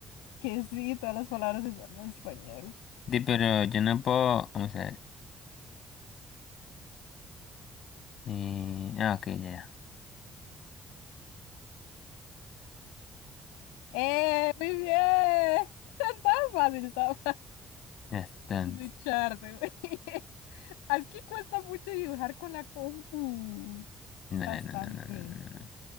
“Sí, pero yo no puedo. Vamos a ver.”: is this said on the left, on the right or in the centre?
Left